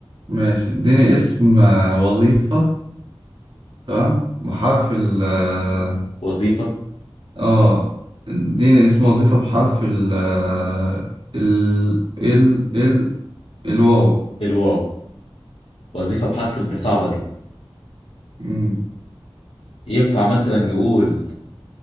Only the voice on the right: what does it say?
ماشي اديني اسم آه، وظيفة تمام بحرف ال اه
آه، اديني اسم وظيفة بحرف ال آه، ال ال ال الواو
مم.